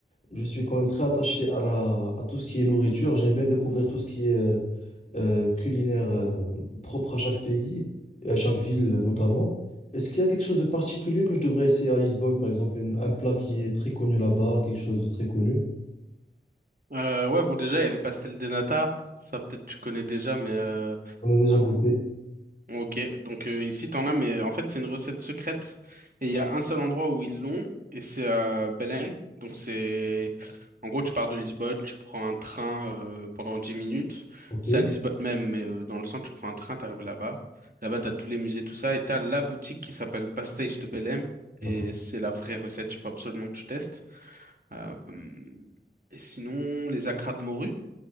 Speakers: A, on the left; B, on the right.
A: Je suis quand même très attaché à la, à tout ce qui est nourriture. J'aime bien découvrir tout ce qui est euh, euh, culinaire euh, propre à chaque pays et à chaque ville euh, notamment. Est-ce qu'il y a quelque chose de particulier que je devrais essayer à Lisbonne, par exemple, une- un plat qui est très connu là-bas, quelque chose de très connu?
B: Euh, ouais, bon, déjà, il y a les pastels des nata. Ça, peut-être, tu connais déjà, mais euh,
A: On a déjà goûté.
B: Ok, donc euh, ici t'en as, mais en fait c'est une recette secrète et il y a un seul endroit où ils l'ont et c'est à Belém. Donc c'est, en gros tu pars de Lisbonne, tu prends un train euh, pendant 10 minutes.
A: Ok,
B: C'est à Lisbonne même, mais euh, dans le centre tu prends un train, t'arrives là-bas. Là-bas t'as tous les musées, tout ça et t'as la boutique qui s'appelle Pastéis de Belém
A: d'accord.
B: et c'est la vraie recette. Il faut absolument que tu testes. Hum, Et sinon les acras de morue,